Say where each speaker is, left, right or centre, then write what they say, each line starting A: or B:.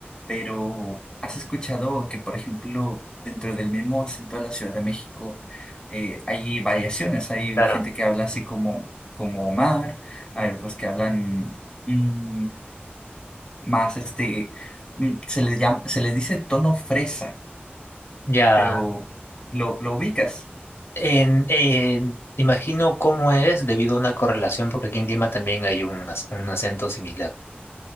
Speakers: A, on the left; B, on the left.
A: pero ¿has escuchado que, por ejemplo, dentro del mismo acento de la Ciudad de México eh, hay variaciones? Hay
B: Claro.
A: gente que habla así como, como Omar, hay otros que hablan mm, más este, mm, se les llama, se les dice tono fresa.
B: Ya.
A: pero lo, lo ubicas,
B: En, en- imagino cómo es debido a una correlación, porque aquí en Lima también hay un, ac- un acento similar.